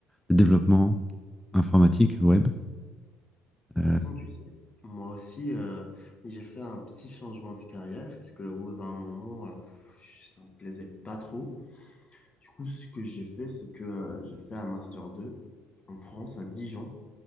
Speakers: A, in the centre; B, on the left.
A: le développement informatique web. Euh,
B: Intéressant, tu sais. Moi aussi, euh, j'ai fait un petit changement de carrière parce que au bout d'un moment, euh, ça me plaisait pas trop. Du coup, ce que j'ai fait, c'est que euh, j'ai fait un master 2 en France, à Dijon,